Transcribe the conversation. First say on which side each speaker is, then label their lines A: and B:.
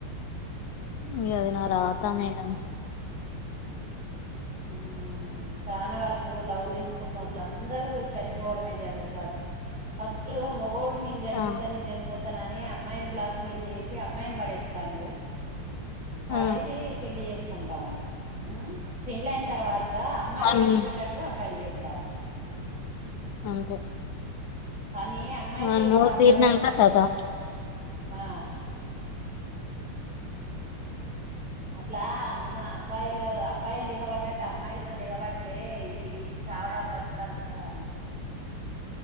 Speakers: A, on the left; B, in the centre.
A: మీ అదనా రాతా మేడం
B: ఆ చాలా వరకు లవ్ చేసుకున్న వాళ్ళు అందరూ చనిపోవడమే జరుగుతంది ఫస్ట్ మగోడు నేను చనిపోతాను
A: ఆ
B: నేను చనిపోతాన అని అమ్మాయిని బ్లాక్ మెయిల్ చేసి అమ్మాయిని పడేస్తాండు పడేసి
A: ఆ
B: పెళ్లి చేసుకుంటాడు పెళ్ళి అయిన తర్వాత అమ్మాయిలు
A: వాని
B: లేచి పెట్టేట్టుగా అబ్బాయిలుస్తారు
A: అంతే
B: కానీ అమ్మాయిలు
A: వాని
B: కూడా
A: మూతి
B: అబ్బాయిలను
A: తీరినంక కథం
B: ఆ అట్లా అమ్మ అబ్బాయిలు అబ్బాయిలు దిగబడ్డట్టు అమ్మాయిలు కూడా దిగబడితే ఈ చావడాలు బతకడాలు ఉంటదా అండి